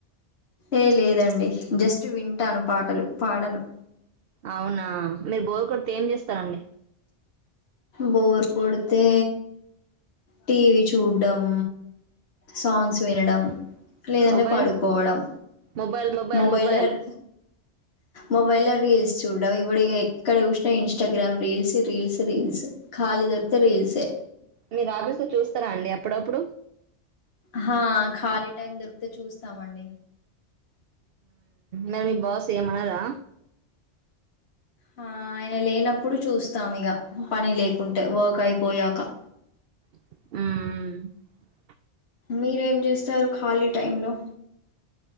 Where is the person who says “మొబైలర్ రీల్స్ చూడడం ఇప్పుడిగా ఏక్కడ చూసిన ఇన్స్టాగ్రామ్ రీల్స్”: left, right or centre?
Left